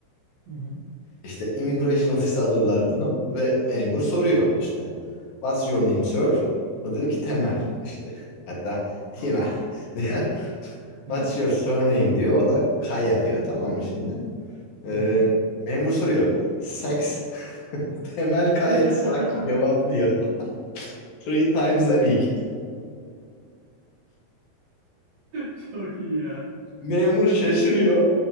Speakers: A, on the right; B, on the left.
A: Hı hı.
B: İşte immigration ofisi alırlar bunu ve memur soruyor işte. What's your name
A: Hı hı.
B: sir? O diyor ki Temel
A: Hı hı.
B: işte. Hatta Timel
A: Tamam.
B: <laughs> diyor. What's
A: Hı hı.
B: your surname diyor. O da Kaya diyor. Tamam mı şimdi? Ee,
A: hı. Tamam.
B: memur soruyor. Sex. <laughs> Temel gayet
A: <laughs>
B: sakin cevaplıyor. <laughs> Three times a week.
A: Çok iyi ya.
B: Memur şaşırıyor.